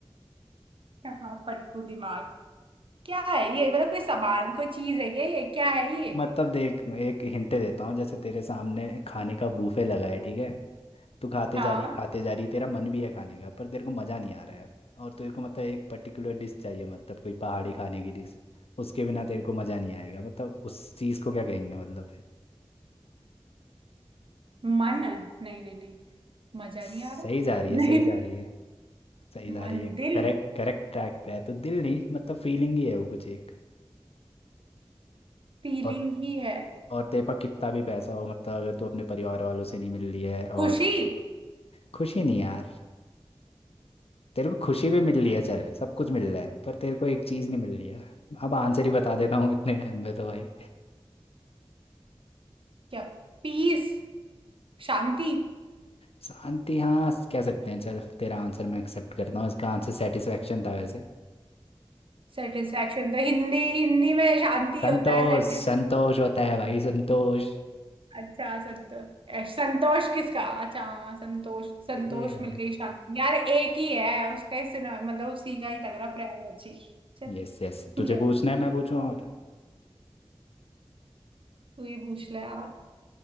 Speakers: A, on the right; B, on the left.
A: हाँ पटकू दिमाग क्या है ये मतलब कोई सामान कोई चीज है क्या ये क्या है ये
B: मतलब देख एक हिंट देता हूँ जैसे तेरे सामने खाने का बूफे लगा है ठीक है तू खाते
A: हाँ
B: जा रही खाते जा रही तेरा मन भी है खाने का पर तेरे को मज़ा नहीं आ रहा है और तेरे को मतलब एक पर्टिकुलर डिश चाहिए मतलब कोई पहाड़ी खाने की डिश उसके बिना तेरे को मज़ा नहीं आएगा मतलब उस चीज़ को क्या कहेंगे मतलब फिर
A: मन नहीं नहीं नहीं मजा
B: सही
A: नहीं आ रहा
B: जा रही है सही
A: नहीं
B: जा रही है सही जा
A: मन
B: रही है
A: दिल
B: करेक्ट करेक्ट ट्रैक पे है तो दिल नहीं मतलब फीलिंग ही है वो कुछ एक
A: फीलिंग
B: और
A: ही है
B: और तेरे पास कितना भी पैसा हो मतलब अगर तू अपने परिवार वालों से नहीं मिल रही है और
A: खुशी
B: खुशी नहीं यार तेरे को खुशी भी मिल रही है चल सब कुछ मिल रहा है पर तेरे को एक चीज़ नहीं मिल रही है अब आंसर ही बता देता हूँ इतने टाइम में तो भाई
A: क्या पीस शांति
B: शांति हाँ कह सकते हैं चल तेरा आंसर मैं एक्सेप्ट करता हूँ इसका आंसर सेटिस्फेक्शन था वैसे
A: सेटिस्फेक्शन तो हिंदी हिंदी में शांति
B: संतोष
A: होता है
B: संतोष होता है भाई संतोष
A: अच्छा संतोष ए, संतोष किसका अच्छा हाँ संतोष संतोष
B: ये भाई
A: मिलके ही शांति यार एक ही है उसका ही सुना मतलब उसी का ही लग रहा प्रयाग जी चल
B: यस यस तुझे
A: क्या
B: पूछना
A: है?
B: है मैं पूछूं और
A: तू ही पूछ ले यार